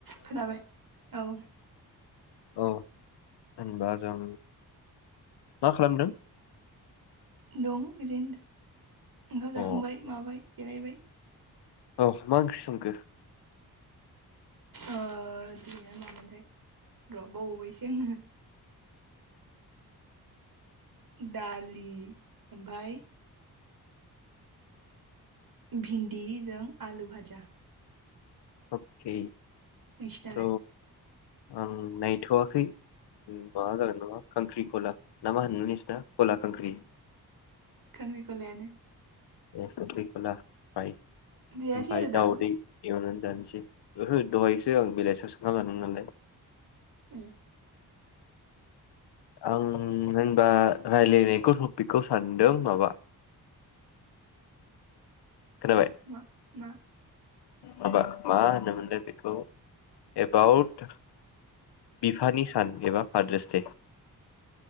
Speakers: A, on the right; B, on the left.
A: खोनाबाय औ
B: औ होनबा जों मा खालामदों?
A: दं इरैनो दं ओंखाम
B: अ
A: जाखांबाय माबाय जेरायबाय
B: औ मा ओंख्रि संखो?
A: ओ दिनैना मामोनथाय र बावावबायसै आङो। दालि ओमफाय भिन्दि जों आलु भाजा
B: अके
A: नोंसिनालाय
B: स' आं नायथ'वाखै माबा जागोन नामा खांख्रि खला ना मा होनोमोन नोंसिना खला खांख्रि
A: खांख्रिखलायानो।
B: ए खांख्रि खला बाय।
A: देराखै
B: ओमफाय
A: आरो
B: दाउदै
A: दाबो
B: एवनानै जानोसै ओहो दहायसो आं बेलाइसियावसो खाम जादों नालाय।
A: उम
B: आं होनबा राय्लायनायखौ टपिकखौ सानदों माबा खोनाबाय
A: मा मा
B: माबा मा होनोमोनलाय बेखौ एबाउट बिफानि सान एबा फादार्स दे।